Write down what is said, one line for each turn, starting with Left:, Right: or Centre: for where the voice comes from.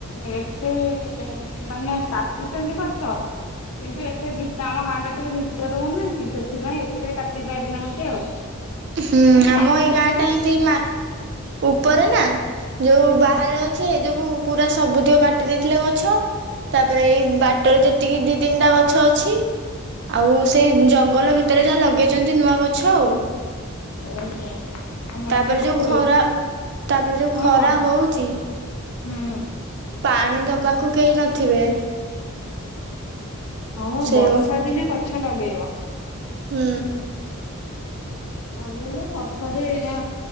Left: ଏତେ ମାନେ କାଟିଛନ୍ତି ଗଛ କିନ୍ତୁ ଏତେ ଭିତ ଆମ ଗାଁ ଟା ଟିକେ ଭିତରକୁ ନୁହେଁ କି ସେଥିପାଇଁ ଏତେ କାଟି ପାରିନାହାନ୍ତି ଆଉ।
Right: ହୁଁ
Left: ମାନେ
Right: ଆମ
Left: କାଟିଛନ୍ତି
Right: ଏଇ ଗାଁ
Left: ବି
Right: ଟା ଏମତି ମା ଉପରେ ନା। ଯୋଉ ବାହାରେ ଅଛି ଏ ଯୋଗୁ ପୁରା ସବୁତକ କାଟି ଦେଇଥିଲେ ଗଛ ତାପରେ ଏଇ ବାଟରେ ଯେତିକି ଦି ତିନିଟା ଗଛ ଅ ଛି ଆଉ ସେଇ ଜଙ୍ଗଲ ଭିତରେ ଯାହା ଲଗେଇଛନ୍ତି ନୂଆ ଗଛ ଆଉ।
Left: ଓହୋ ଆମର
Right: ତାପରେ
Left: କିନ୍ତୁ
Right: ଯୋଉ ଖରା ତାପରେ ଯୋଉ
Left: ହଁ
Right: ଖରା
Left: କହ
Right: ହଉଛି।
Left: ହୁଁ।
Right: ପାଣି ଦବା। କୁ କେହି ନଥିବେ।
Left: ହଁ
Right: ସେଇ
Left: ବର୍ଷା ଦିନେ କ ଗଛ ଲଗେଇବ।
Right: ହୁଁ।
Left: ଲଗେଇଲେ ବର୍ଷାରେ ଏଇରା